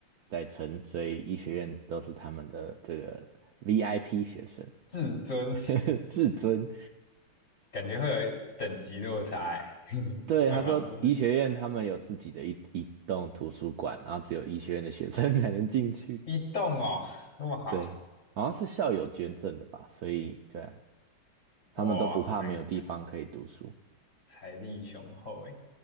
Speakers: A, on the right (about 80°); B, on the left (about 35°).
A: 在撑，所以医学院都是他们的这个 VIP 学生，
B: 至尊
A: <laughs> 至尊。
B: 感觉会有等级落差欸，<laughs>
A: 对，
B: 会吗？
A: 他说医学院他们有自己的一一栋图书馆，
B: 就是
A: 然后只有医学院的学生 <laughs> 才能进去。
B: 一栋哦那么好，
A: 对，好像是校友捐赠的吧，所以对啊，他们都不怕没有地方可以读书。
B: 哇，难怪财力雄厚哎。欸